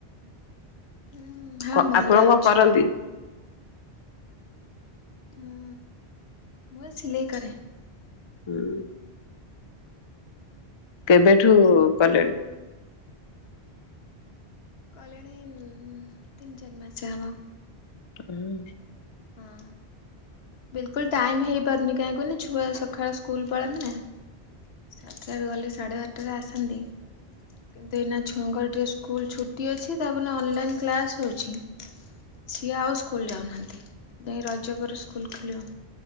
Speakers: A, on the left; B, on the left.
A: ହୁଁ। ହଁ
B: ଆପଣ
A: ଭଲ
B: କଣ
A: ଅଛୁ
B: କରନ୍ତି।
A: ହୁଁ ମୁଁ ସିଲେଇ କରେ
B: ହୁଁ। କେବେଠୁ କଲେଣି
A: କଲେଣି ତିନି ଚାରି ମାସେ ହବ।
B: ହୁଁ
A: ହଁ ବିଲକୁଲ ଟାଇମ୍ ହେଇପାରୁନି କାହିଁକନି ଛୁଆ ସକାଳ ସ୍କୁଲ ପଳାନ୍ତି ନା ସାତଟାରେ ଗଲେ ସାଢ଼େ ବାରଟାରେ ଆସନ୍ତି କିନ୍ତୁ ଏଇନା ଛୁଆଙ୍କର ଟିକେ ସ୍କୁଲ ଛୁଟି ଅଛି ତାପରେ ଅନଲାଇନ୍ କ୍ଲାସ୍ ହେଉଛି ସିଏ ଆଉ ସ୍କୁଲ ଯାଉନାହାନ୍ତି। ଯାଇ ରଜ ପରେ ସ୍କୁଲ ଖୋଲିବ।